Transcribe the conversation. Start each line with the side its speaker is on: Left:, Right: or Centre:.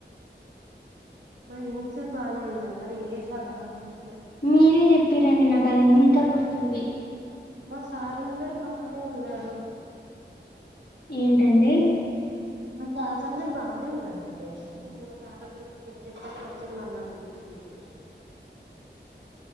Right: మా హిందీ సార్ బానే ఉన్నాడు మరి ఇంగే సారో నాక్ గుర్తు
Left: మీరే చెప్పిరండి నాకు అది ఇంకా గుర్తుంది
Right: మా సార్లుందరు బానే ఉన్నారు
Left: ఏంటండి
Right: మా సార్లు అందరు బానే ఉన్నారండి అసలు నేను మా సార్ల గురించి ఏం చెప్పాని అయితే అది మరి నాకు గుర్తుకులే ఇదా